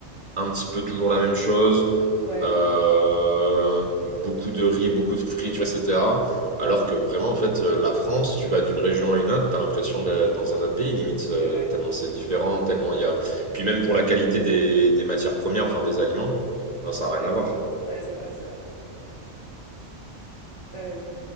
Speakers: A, on the right; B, on the left.
A: un petit peu toujours la même chose.
B: ouais,
A: Euh, beaucoup de riz, beaucoup de friture, etc. Alors que vraiment, en fait, euh, la France, tu vas d'une région à une autre, t'as l'impression d'être dans un autre pays, limite, euh,
B: c'est vrai.
A: tellement c'est différent, tellement il y a... Et puis même pour la qualité des, des matières premières, enfin des aliments, enfin, ça n'a rien à voir.
B: Ouais, c'est vrai, c'est vrai. T'as raison.